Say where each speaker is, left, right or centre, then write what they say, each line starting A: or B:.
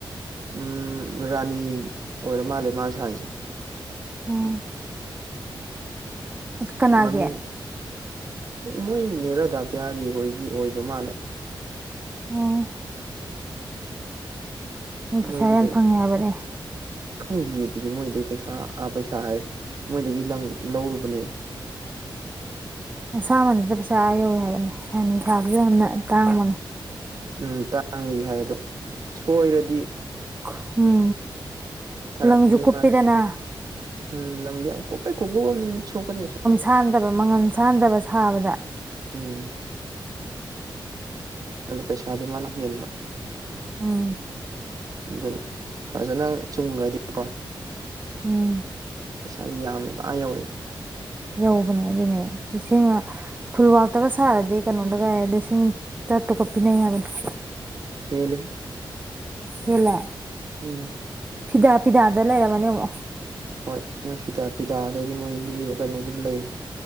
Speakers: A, on the right; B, on the right.
A: ꯎꯝ ꯔꯥꯅꯤ ꯑꯣꯏꯔ ꯃꯥꯜꯂꯦ ꯃꯥꯅ ꯁꯥꯏꯁꯦ
B: ꯑꯣ ꯀꯅꯥꯒꯤ
A: ꯃꯃꯤꯡ ꯃꯣꯏ ꯅꯦꯔꯥꯗꯥꯥꯄꯤꯌꯥꯔꯤ ꯍꯣꯏꯒꯤ ꯑꯣꯏꯕ ꯃꯥꯜꯂꯦ
B: <unintelligible> ꯄꯩꯁꯥ
A: ꯃꯣꯏꯒꯤꯗꯩ
B: ꯌꯥꯝ ꯐꯪꯉꯦ ꯍꯥꯏꯕꯅꯦ
A: ꯈꯪꯗꯦꯌꯦ ꯑꯗꯨꯗꯤ ꯃꯣꯏꯗꯩ ꯄꯩꯁꯥ ꯑꯥ ꯄꯩꯁꯥ ꯍꯥꯏꯔꯦ ꯃꯣꯏꯗꯒꯤ ꯂꯪ ꯂꯧꯔꯨꯕꯅꯦꯕ
B: ꯑꯁꯥꯃꯟꯗꯗ ꯄꯩꯁꯥ ꯑꯥ ꯌꯧꯋꯦ ꯍꯥꯏꯕꯅꯦ ꯔꯥꯅꯤ ꯁꯥꯕꯖꯦ ꯌꯥꯝꯅ ꯇꯥꯡꯕꯅꯦ
A: ꯎꯝ ꯇꯥꯡꯉꯦꯗꯤ ꯍꯥꯏ ꯑꯗꯣ ꯁꯣꯏꯔꯗꯤ
B: ꯈꯨꯝ
A: ꯐꯔꯛꯅꯤꯅꯦ
B: ꯂꯪꯖꯨ ꯀꯨꯞꯄꯤꯗꯅ
A: ꯃꯥꯁꯦ ꯎꯝ ꯂꯪꯗꯤ ꯌꯥꯝ ꯀꯨꯞꯄꯦ ꯈꯨꯀꯨꯞ ꯑꯝꯅꯤ ꯃꯤꯠ ꯁꯣꯛꯀꯅꯤ ꯑꯁꯤꯗꯤ
B: ꯁꯥꯟꯗꯕ ꯃꯉꯝꯁ ꯁꯥꯟꯗꯕ ꯁꯥꯕꯗ
A: ꯎꯝ ꯑꯗꯣ ꯄꯩꯁꯥꯗꯤ ꯃꯥꯅ ꯍꯦꯟꯕ
B: ꯎꯝ
A: ꯑꯗꯨꯅ ꯐꯖꯅ ꯆꯨꯝꯒ꯭ꯔꯗꯤꯀꯣ
B: ꯎꯝ
A: ꯄꯩꯁꯥ ꯌꯥꯝꯃꯦꯕ ꯑꯥ ꯌꯥꯎꯋꯦꯕ
B: ꯌꯧꯕꯅꯦ ꯑꯗꯨꯅꯦ ꯂꯤꯁꯤꯡꯑ ꯐꯨꯜꯋꯥꯛꯇꯒ ꯁꯥꯔꯗꯤ ꯀꯩꯅꯣꯗꯒꯥꯏꯗꯤ ꯂꯤꯁꯤꯡ ꯇꯔꯥ ꯇꯨꯛꯀ ꯄꯤꯅꯩ ꯍꯥꯏꯕꯅꯤ
A: ꯍꯦꯜꯂꯦꯍꯦ
B: ꯍꯦꯜꯂꯦ
A: ꯎꯝ
B: ꯐꯤꯗꯥ ꯐꯤꯗꯥꯗ ꯂꯩꯔꯝꯃꯅꯦ ꯑꯃꯨꯛ
A: ꯍꯣꯏ ꯃꯣꯏ ꯐꯤꯗꯥ ꯐꯤꯗꯥ ꯑꯗꯩꯗꯤ ꯃꯣꯏ ꯌꯦꯛꯏꯕ ꯀꯩꯅꯣꯗꯨꯗ ꯂꯩꯔꯦ